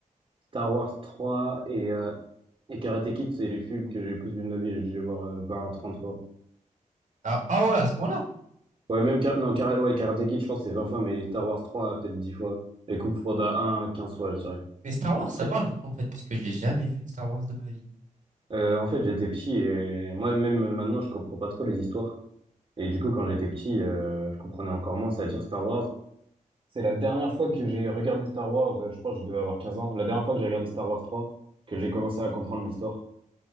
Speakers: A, on the right; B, on the right.
A: Star Wars 3 et, euh, et Karate Kid, c'est les films que j'ai le plus vu de ma vie. J'ai dû les voir euh, 20 à fois.
B: Ah, ah ouais, à ce moment-là.
A: Ouais, même... Kara- Non, Kara- ouais, Karate Kid, je pense, c'est 20 fois, mais Star Wars 3, peut-être 10 fois. Et Kung Fu Panda un 15 fois, je dirais.
B: Mais Star Wars, ça
A: Car-
B: parle de quoi en fait? Parce que j'ai jamais vu de Star Wars de ma vie.
A: Euh, en fait, j'étais petit et moi-même, euh, maintenant, je comprends pas trop les histoires. Et du coup, quand j'étais petit, euh, je comprenais encore moins, c'est-à-dire Star Wars. C'est la dernière fois que j'ai regardé Star Wars, euh, je pense que je devais avoir 15 ans. La dernière fois que j'ai regardé Star Wars 3, que j'ai commencé à comprendre l'histoire.